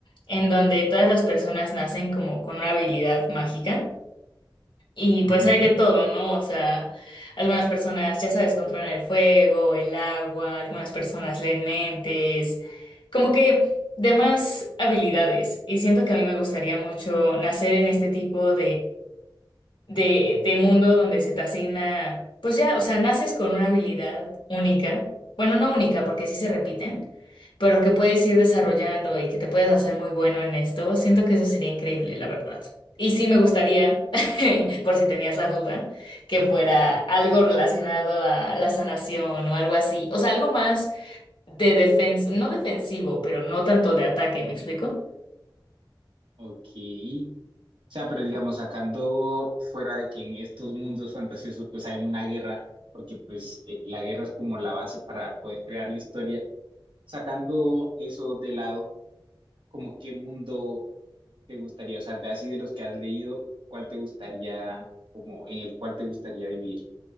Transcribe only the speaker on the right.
Ujú,
Ok. O sea, pero digamos, sacando fuera de que en estos mundos fantasiosos pues hay una guerra, porque pues eh, la guerra es como la base para poder crear la historia, sacando eso de lado, como qué mundo te gustaría, o sea, de así de los que has leído, cuál te gustaría, como en el cual te gustaría vivir.